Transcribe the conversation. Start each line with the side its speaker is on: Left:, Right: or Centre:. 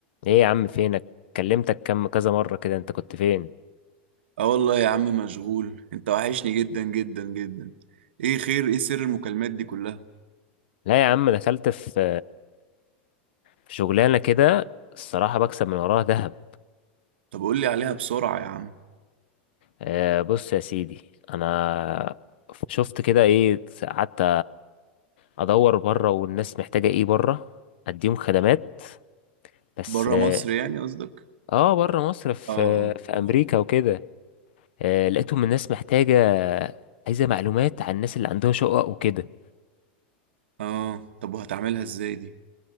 Left: ايه يا عم فينك كلمتك كم كذا مرة كده انت كنت فين
Right: اه والله يا عم مشغول انت وحشني جدا جدا جدا ايه خير ايه سر المكالمات دي كلها
Left: لا يا عم دخلت في في شغلانة كده الصراحة بكسب من وراها ذهب
Right: طب قول لي عليها بسرعة يا عم
Left: آه، بص يا سيدي انا شفت كده ايه قعدت ادور بره والناس محتاجة ايه بره اديهم خدمات بس
Right: بره
Left: اه
Right: مصر يعني قصدك
Left: آه، بره مصر في
Right: اه
Left: في امريكا
Right: اه
Left: وكده آه، لقيتهم الناس محتاجة عايزة معلومات عن الناس اللي عندها شقق وكده
Right: اه طب وهتعملها ازاي دي